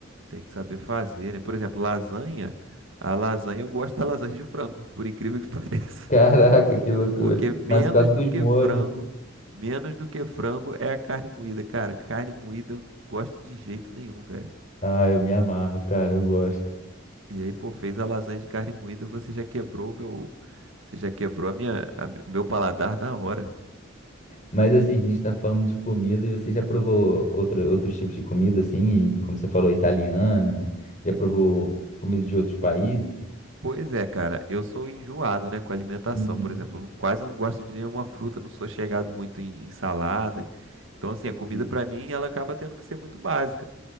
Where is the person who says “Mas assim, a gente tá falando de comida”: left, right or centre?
Left